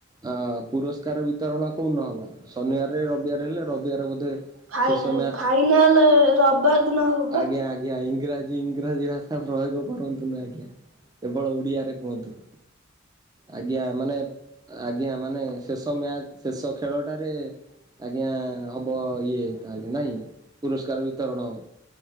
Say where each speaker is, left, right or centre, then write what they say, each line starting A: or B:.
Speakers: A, on the right; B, on the right.
A: ଅ ପୁରସ୍କାର ବିତରଣ କୋଉ ନହବ ଶନିବାରରେ ରବିବାର ହେଲେ ରବିବାର ବୋଧେ।
B: ଫାଇ
A: ଶେଷ ମ୍ୟାଚ
B: ଫାଇନାଲ ରବିବାର ଦିନ ହବ ବା
A: ଆଜ୍ଞା ଆଜ୍ଞା ଇଂରାଜୀ ଆ ଇଂରାଜୀ ଭାଷା ପ୍ରୟୋଗ କରନ୍ତୁନୁ ଆଜ୍ଞା କେବଳ ଓଡିଆରେ କୁହନ୍ତୁ। ଆଜ୍ଞା ମାନେ ଆଜ୍ଞା ମାନେ ଶେଷ ମ୍ୟାଚ ଶେଷ ଖେଳଟାରେ ଆଜ୍ଞା ହବ ଇଏ ତାହେଲେ ନାଇଁ ପୁରସ୍କାର ବିତରଣ ହବ।